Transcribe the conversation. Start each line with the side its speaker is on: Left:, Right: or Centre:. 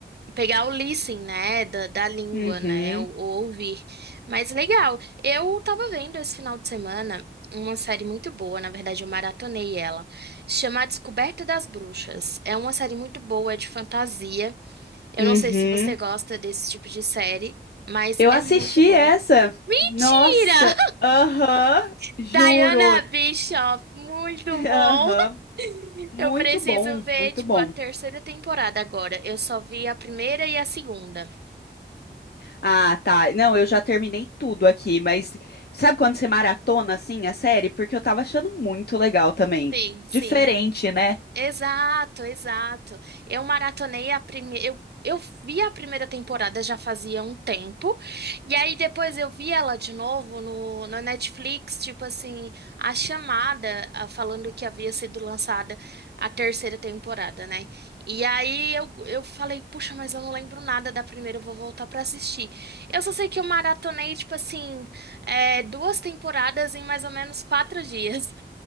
Right: pegar o listening, né, da, da língua,
Left: Uhum,
Right: né, ou, ou ouvir. Mas legal. Eu tava vendo esse final de semana uma série muito boa, na verdade, eu maratonei ela. Se Chama A Descoberta das Bruxas. É uma série muito boa, é de fantasia. Eu
Left: uhum.
Right: não sei se você gosta desse tipo de série, mas
Left: Eu
Right: é
Left: assisti
Right: muito boa.
Left: essa.
Right: Mentira!
Left: Nossa, aham,
Right: <laughs>
Left: juro.
Right: Diana Bishop, muito bom!
Left: Aham,
Right: <laughs>
Left: Muito
Right: Eu preciso
Left: bom,
Right: ver,
Left: muito
Right: tipo,
Left: bom.
Right: a terceira temporada agora. Eu só vi a primeira e a segunda.
Left: Ah, tá. Não, eu já terminei tudo aqui, mas sabe quando você maratona assim a série? Porque eu tava achando muito legal também.
Right: Sim, sim.
Left: Diferente, né?
Right: Exato, exato. Eu maratonei a primeira. Eu, eu vi a primeira temporada já fazia um tempo. E aí depois eu vi ela de novo no, no Netflix, tipo assim, a chamada ah, falando que havia sido lançada a terceira temporada, né? E aí eu, eu falei, puxa, mas eu não lembro nada da primeira, eu vou voltar pra assistir. Eu só sei que eu maratonei, tipo assim, é, duas temporadas em mais ou menos quatro dias.